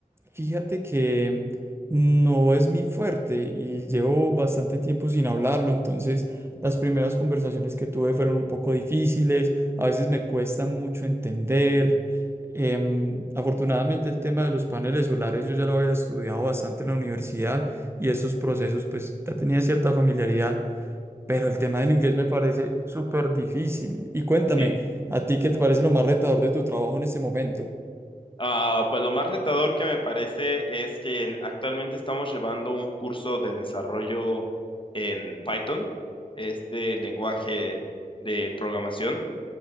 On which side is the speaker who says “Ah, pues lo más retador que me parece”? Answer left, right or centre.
Left